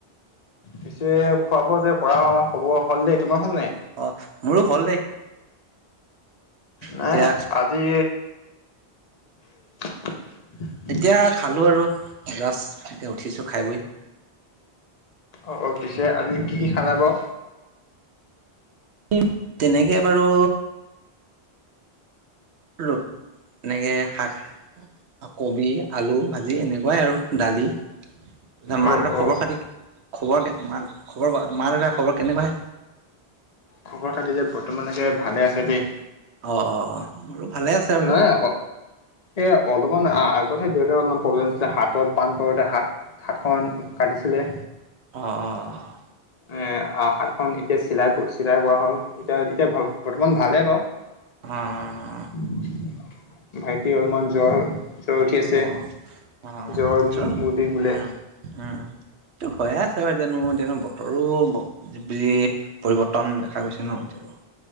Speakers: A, on the left; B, on the right.
A: পিছে, খোৱা-বোৱা যে কৰা হ'ব, হ'ল দেই। তোমাৰ হ'ল নাই?
B: অ'! মোৰো হ'ল দেই।
A: নাই,
B: এতিয়া
A: আজি <unintelligible>
B: এতিয়া খালোঁ আৰু যাষ্ট। এতিয়া, উঠিছোঁ খাই- বৈ।
A: অ' অ'! পিছে, আজি কি কি খালা বাৰু?
B: <unintelligible> তেনেকে বাৰু <unintelligible> এনেকে শাক, কবি, আলু ভাজি এনে কোৱাই আৰু দালি। <unintelligible> মা-
A: অ'
B: দেউতাৰ
A: অ'
B: খবৰ-খাতি খবৰ, <unintelligible> খবৰ, মা-দেউতাৰ খবৰ কেনেকুৱা?
A: খবৰ-খাতি যে, বৰ্তমানলৈকে ভালে আছে, দেই।
B: অ' অ' অ'! মোৰো ভালে আছে। আৰু
A: নহয় এ, অলপমান আগতহে, দেউতাৰ অলপমান প্ৰব্লেম আছিলে, হাতত পাণ পৰোঁতে, হাত হাতখন কাটিছিলে।
B: অ' অ' অ'!
A: এ, হাতখন এতিয়া চিলাই, চিলাই কৰা হ'ল। এতিয়া, এতিয়া বৰ্তমান ভালে বাৰু।
B: উম, উম, উম।
A: <unintelligible> ভাইটি অলপমান জ্বৰ, জ্বৰ উঠি আছে।
B: অ', অ', অ
A: জ্বৰ,
B: চ
A: মূৰ বিষ বোলে।
B: উম উম, এইটো হৈয়ে আছে, <unintelligible> এতিয়ানো, বতৰো যি, পৰিৱৰ্তন দেখা গৈছে ন'! এতিয়া আৰু।